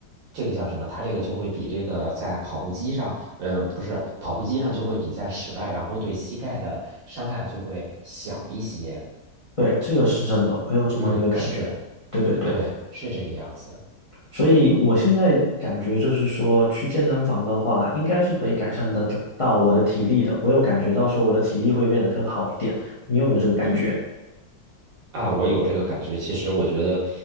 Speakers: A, on the right; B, on the left.
A: 这个叫什么？它这个就会比这个在跑步机上，嗯、不是跑步机上就会比在室外，然后对膝盖的伤害就会小一些。
B: 对，这个是真的，我有这么一个感觉。
A: 嗯，是，
B: 对对对。
A: 对，是这个样子。
B: 所以我现在感觉就是说，去健身房的话，应该是可以改善得得到我的体力的。我有感觉到说我的体力会变得更好一点，你有没有这个感觉？
A: 嗯。啊，我有这个感觉。其实我觉得，